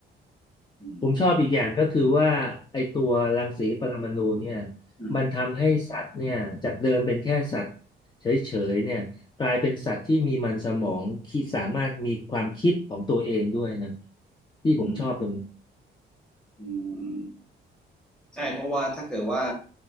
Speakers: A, in the centre; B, on the left.
A: อืม
B: ผมชอบอีกอย่างก็คือว่าไอตัวรังสีปรมาณูเนี่ย
A: อืม
B: มันทำให้สัตว์เนี่ยจากเดิมเป็นแค่สัตว์เฉยๆเนี่ยกลายเป็นสัตว์ที่มีมันสมองคิดสามารถมีความคิดของตัวเองด้วยนะที่ผมชอบตรงนี้
A: อืมอืมใช่เพราะว่าถ้าเกิดว่า